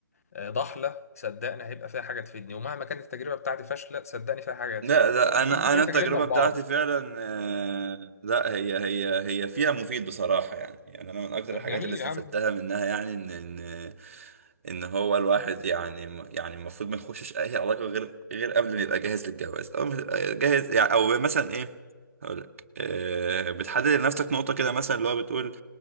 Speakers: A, on the left; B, on the right.
A: آه، ضحله صدقني هيبقى فيها حاجه تفيدني ومهما كانت التجربه بتاعتي فاشله صدقني فيها حاجه هتفيدك
B: لا لا
A: فاحنا
B: انا
A: بننقل
B: انا التجربة
A: تجاربنا لبعض
B: بتاعتي فعلا آه، لا هي هي هي فيها مفيد بصراحة يعني يعني انا من اكتر
A: طب
B: الحاجات
A: جميل
B: اللي استفدتها
A: يا عم
B: منها يعني ان ان ان هو الواحد يعني يعني المفروض ما يخشش اي علاقه غير غير قبل ما يبقى جاهز للجواز او مش- جاهز يعني او مثلا ايه هقول لك آه بتحدد لنفسك نقطه كده مثلا اللي هو بتقول